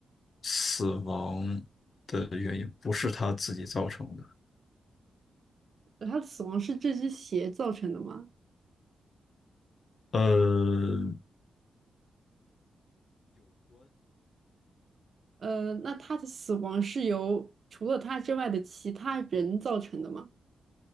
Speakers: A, on the left; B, on the right.
A: 死亡的原因不是她自己造成的。
B: 呃他的死亡是这只鞋造成的吗？
A: 呃
B: 呃，那他的死亡是由除了他之外的其他人造成的吗？